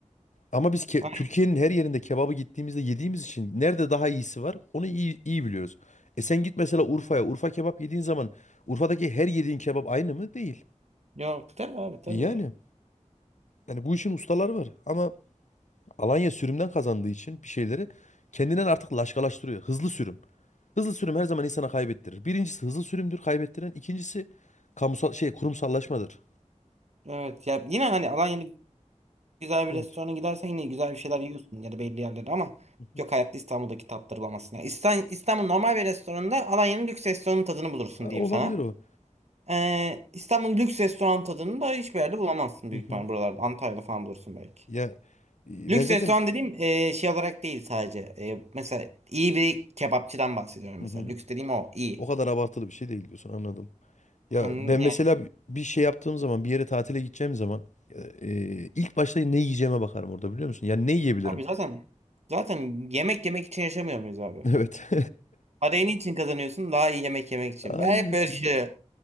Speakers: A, on the left (about 75°); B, on the right (about 60°).
A: Ama biz ke-
B: Aynen.
A: Türkiye'nin her yerinde kebabı gittiğimizde yediğimiz için nerede daha iyisi var onu iyi, iyi biliyoruz. E sen git mesela Urfa'ya. Urfa kebap yediğin zaman Urfa'daki her yediğin kebap aynı mı? Değil.
B: Yok tabii abi tabii.
A: E yani. Yani bu işin ustaları var. Ama Alanya sürümden kazandığı için bir şeyleri kendinden artık laşkalaştırıyor. Hızlı sürüm. Hızlı sürüm her zaman insana kaybettirir. Birincisi hızlı sürümdür kaybettiren. İkincisi kamusal şey kurumsallaşmadır.
B: Evet ya yine hani Alanya'da güzel bir
A: Evet.
B: restorana gidersen yine güzel bir şeyler yiyorsun ya da belli yerlerde ama
A: Hı hı.
B: yok hayatta İstanbul'daki tatları bulamazsın. Yani İstan- İstanbul normal bir restoranda Alanya'nın lüks restoranın tadını bulursun
A: Ha, olabilir
B: diyeyim sana.
A: o.
B: Ee, İstanbul lüks restoran tadını da hiçbir yerde bulamazsın
A: Hı
B: büyük
A: hı.
B: ihtimal buralarda. Antalya'da falan bulursun belki.
A: Ya e,
B: Lüks
A: ben zaten
B: restoran dediğim ee, şey olarak değil sadece. Ee, mesela iyi bir kebapçıdan bahsediyorum
A: Hı
B: mesela.
A: hı.
B: Lüks dediğim o iyi.
A: o kadar abartılı bir şey değil diyorsun anladım. Ya
B: Anladın?
A: ben
B: Yani
A: mesela bi- bir şey yaptığım zaman bir yere tatile gideceğim zaman e, e, ilk başta ne yiyeceğime bakarım orada biliyor musun? Yani ne yiyebilirim?
B: abi zaten zaten yemek yemek için yaşamıyor muyuz abi?
A: <laughs> Evet.
B: Parayı niçin kazanıyorsun? Daha iyi yemek yemek için.
A: <laughs> Aynen.
B: Ben hep böyle düşünüyorum.